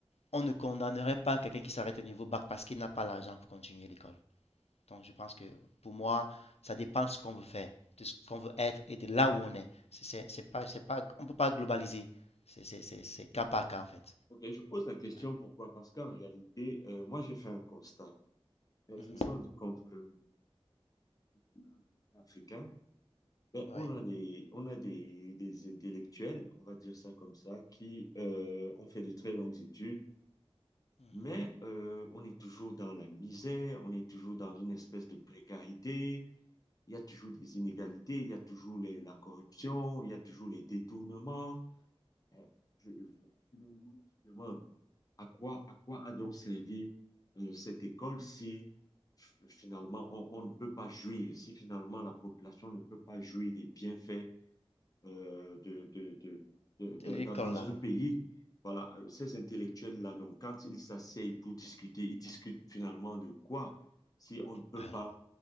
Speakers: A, on the left (about 85°); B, on the left (about 35°).
A: on ne condamnerait pas quelqu'un qui s'arrête au niveau bac parce qu'il n'a pas l'argent pour continuer l'école. Donc, je pense que pour moi, ça dépend de ce qu'on veut faire, de ce qu'on veut être et de là où on est. C'est c'est- pas, c'est pas, on ne peut pas globaliser. C'est c'est- c'est- c'est cas
B: Ok,
A: par cas, en fait.
B: Ok, je pose la question
A: Ouais.
B: pourquoi? Parce qu'en réalité, euh, moi, j'ai fait un constat. Euh,
A: Mhm.
B: je me suis rendu compte que dans les États africains, Ben,
A: Ouais.
B: on a des, on a des, des intellectuels, on va dire ça comme ça, qui euh, ont fait de très longues études,
A: Mhm.
B: mais euh, on est toujours dans la misère, on est toujours dans une espèce de précarité, il y a toujours des inégalités, il y a toujours les- la corruption, il y a toujours les détournements. Euh, je- je- finalement, on se demande à quoi, à quoi a donc servi euh, cette école si f- finalement on on ne peut pas jouir, si finalement la population ne peut pas jouir des bienfaits euh, de, de- de- de- de-
A: L'école,
B: dans dans
A: là.
B: un pays. Voilà, euh, ces intellectuels-là, donc, quand ils s'asseyent pour discuter, ils discutent finalement de quoi? Si on ne peut
A: Ah.
B: pas